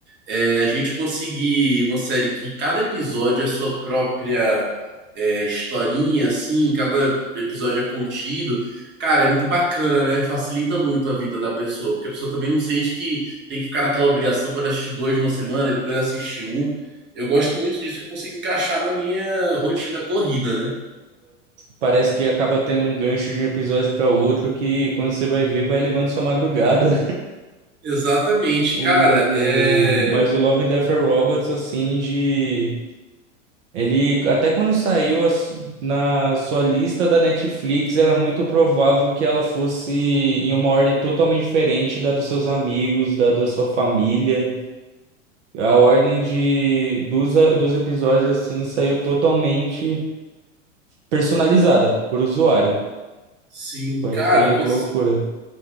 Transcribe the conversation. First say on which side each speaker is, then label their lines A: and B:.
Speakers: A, on the right (about 30°); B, on the right (about 65°).
A: é, a gente conseguir uma série que cada episódio é sua própria é, historinha, assim, cada episódio é contido, cara, é muito bacana, né? Facilita muito a vida da pessoa, porque a pessoa também não sente que tem que ficar naquela obrigação para assistir dois numa semana e depois assistir um. Eu gosto muito disso que eu consigo encaixar na minha rotina corrida, né?
B: Parece que acaba tendo um gancho de um episódio para outro que, quando você vai ver, vai levando sua madrugada. <laughs>
A: Exatamente,
B: O...
A: cara, é.
B: Mas o Love, Death and Robots, assim, de Ele, até quando saiu a na sua lista da Netflix, era muito provável que ela fosse em uma ordem totalmente diferente da dos seus amigos, da da sua família. A ordem de, dos, a- dos episódios, assim, saiu totalmente personalizada por usuário.
A: Sim,
B: Foi,
A: cara,
B: foi
A: com
B: loucura.